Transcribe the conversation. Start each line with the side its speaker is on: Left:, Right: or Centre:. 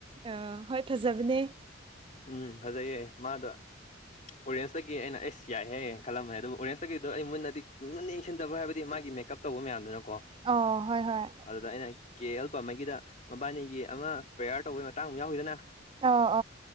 Right: ꯑ ꯍꯣꯏ ꯐꯖꯕꯅꯦ
Left: ꯎꯝ ꯐꯖꯩꯌꯦ ꯃꯥꯗ ꯑꯣꯔꯦꯟꯁꯇꯒꯤ ꯑꯩꯅ ꯑꯩꯁ ꯌꯥꯏꯍꯦꯌꯦ ꯈꯜꯂꯝꯃꯦ ꯑꯗꯨꯕꯨ ꯑꯣꯔꯦꯟꯁꯇꯒꯤꯗꯣ ꯑꯩ ꯃꯨꯟꯅꯗꯤ ꯟꯅ ꯌꯦꯡꯁꯤꯟꯗꯕ ꯍꯥꯏꯕꯗꯤ ꯃꯥꯒꯤ ꯃꯦꯀꯞ ꯇꯧꯕ ꯃꯌꯥꯝꯗꯨꯅꯀꯣ
Right: ꯑꯥ ꯍꯣꯏ ꯍꯣꯏ
Left: ꯑꯗꯨꯗ ꯑꯩꯅ ꯀꯦ ꯑꯦꯜ ꯄꯥꯃꯩꯒꯤꯗ ꯃꯕꯥꯅꯤꯒꯤ ꯑꯃ ꯄ꯭ꯔꯦꯌꯥꯔ ꯇꯧꯕꯩ ꯃꯇꯥꯡ ꯑꯃ ꯌꯥꯎꯈꯤꯗꯅ
Right: <inaudible>